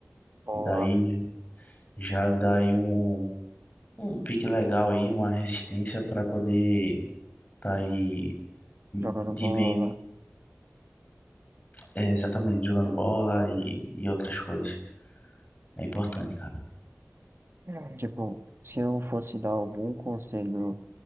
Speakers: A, on the right; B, on the left.
A: Boa.
B: E daí já dá aí um, um pique legal aí, uma resistência para poder estar tá aí
A: jogando
B: de
A: bola.
B: bem, é, exatamente, jogando bola e, e outras coisas. É importante, cara.
A: É. Tipo, se eu fosse dar algum conselho